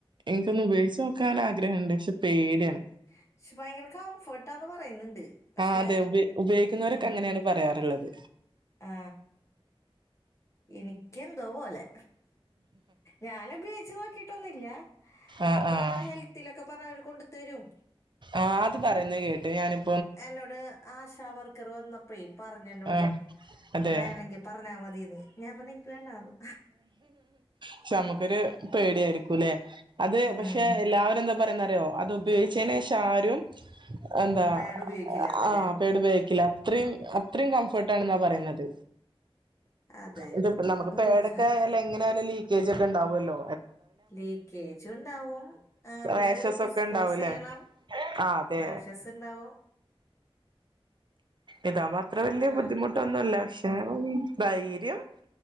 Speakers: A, on the right (about 50°); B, on the left (about 30°).
A: എനിക്കൊന്ന് ഉപയോഗിച്ച് നോക്കാൻ ആഗ്രഹംണ്ട് പക്ഷേ പേട്യാണ്.
B: പക്ഷെ ഭയങ്കര കംഫർട്ടാന്ന് പറയുന്നുണ്ട് പക്ഷെ
A: ആ അതെ ഉപയോഗിക്കുന്നവരൊക്കെ
B: ഉം
A: അങ്ങനെയാണ് അത്ള്ളത്
B: ആ എനിക്കെന്തോ പോലെ ഞാന് ഉപയോഗിച്ച് നോക്കിട്ടൊന്നൂല്യാ.
A: ആഹ്
B: ഇപ്പ
A: ആഹ്.
B: നമ്മടെ ഹെൽത്തിലൊക്കെ പറഞ്ഞ അവര് കൊണ്ട്തരും.
A: ആഹ് അത് ഞാനും
B: എന്നോട് ആശവർക്കറ് വന്നപ്പേ പറഞ്ഞേന്നോട്
A: ആഹ് അതെ.
B: വേണങ്കി പറഞ്ഞാ മതിന്ന്. ഞാ പറഞ്ഞ് ഇനിക്ക് വേണ്ടാന്ന്
A: ക്ഷേ നമുക്കൊരു പേടിയായിരിക്കും. ക്കുലേ അത് പക്ഷേ
B: ഉം
A: എല്ലാവരും എന്താ പറയുന്നറിയോ അത് ഉപയോഗി ച്ചനേഷം ആരും എന്താ
B: പാഡ് ഉപയോഗിക്കില്ലെന്നല്ലേ
A: ആഹ് പെടുബക്കില്ല അത്രയും അത്രയും കംഫർട്ട ആാണ്െന്നാ പറയുന്നത്
B: അതെ
A: ഇ നമുക്ക്
B: ഒന്ന് ഉപയോഗിച്ച
A: പേട എങ്ങനെയാല ലീക്കേ് ക്കെണ്ടാവുമല്ലോ
B: ലീക്കേജും ഉണ്ടാവും പിന്നെ
A: റാഷസ്
B: അത് ഡിസ്പോസ്
A: ഒക്കെ ഉണ്ടാവൂലേ
B: ചെയ്യണം
A: ആഹ് അതെ
B: റാഷസ് ഉണ്ടാവും
A: ഇതാ അത്ര വല്ിയ
B: ആ,
A: ബുദ്ധിമുട്ടൊന്നുമല്ല പക്ഷെ ഉ ധൈര്യം